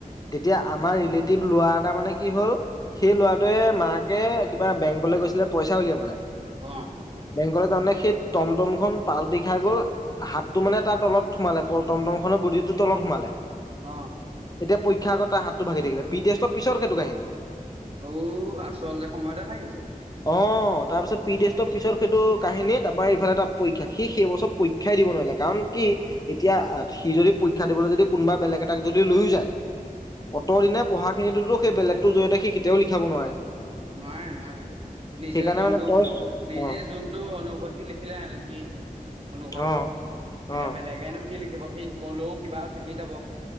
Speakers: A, on the left (about 25°); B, on the right (about 40°).
A: তেতিয়া আমাৰ ৰিলেটিভ লৰা এটা মানে কি হ'ল সেই ল'ৰাটোৱে মাকে কিবা বেংকলৈ গৈছিলে পইচা উলিয়াবলে
B: অ
A: বেংকলে জাওতে সেই টমটমখন পালটি খাই গ'ল হাতটো মানে তাৰ তলত সোমালে টমটমংখনৰ বদিটো তলত সোমালে
B: অহ
A: এতিয়া পৰীক্ষাআগত তা হাতটো ভাগি থাকিলে পিটেছ ট পিছৰ সেটো কাহিনী
B: ঔ আচলতে সময়তে ভাগিছে
A: অহ। অহ, তাৰ পিছত পি টেষ্টৰ পিছত সেইটো কাহিনী তাৰ ইফালে তাৰ পৰীক্ষা সি সেইবছৰ পৰী ক্ষায় দিব নোৱাৰিলে কাৰণ কি এতিয়া সি যদি পৰীক্ষা দিবলৈ যদি কোনোবা বেলেগ এটাক যদি লৈও যায় অত
B: অ
A: দিনা পঢ়াখিনিতোতো সেই বেলেগতোৰ জোৰতে সি কেতিয়াও লিখাব নোৱাৰে।
B: নোৱাৰে- নোৱাৰে। নিজৰ
A: সেইকাৰণে
B: যোনটো
A: মানে তই
B: নিজে
A: অ'।
B: যোনটো অনুভূতি লিখিলে হেঁতেন সি অনুভৱ
A: অ',
B: এতিয়া
A: অ',
B: বেলেগেনো কি লিখিব সি কলেও কিবা থাকি যাব।